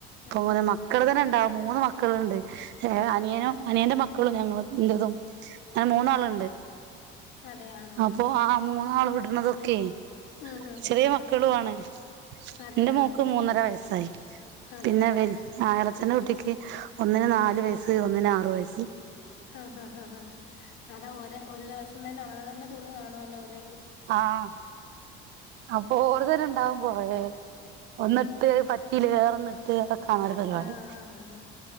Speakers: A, on the left; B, on the right.
A: ആഹ്
B: അപ്പൊനെ
A: ആഹ് ആഹ്
B: മക്കൾ തന്നെ ഉണ്ടാവ മൂന്ന് മക്കളുണ്ട് അനിയനും അനിയന്റെ മക്കളും ഞങ്ങളും എന്റതും അഹ് മൂന്നാള്ണ്ട്
A: ആഹ് അതെ ആഹ്
B: അപ്പോ ആഹ് മൂന്നാള ഇടണതൊക്കേ
A: ആഹ്
B: ചെറിയ മക്കളു ആണ്.
A: അതെ
B: എന്റെ
A: ആഹ്
B: മോക്ക് മൂന്നര വയസ്സായി
A: അതെ
B: പിന്നെ
A: ആഹ്
B: വൽ ആങ്ങളയച്ചന്റെ കുട്ടി ക്ക് ഒന്നിന് നാലു വയസ്സ് ഒന്നിന് ആറു വയസ്സ്.
A: ആഹ് ഹാ ഹാ ഹാ അതാ ഒര് ഒരു ദിവസം തന്നെ അവടെ തന്നെ തുണി കാണുവല്ലോ ഒര്.
B: ആഹ് അപ്പൊ ഓരതന്നെ ഇണ്ടാവും കൊറേ. എന്നട്ട് പ റ്റില്ല വേറൊന്നെടുത്ത് <unintelligible> കാണാരു പരിപാടി
A: ആഹ് ആഹ് ആഹ്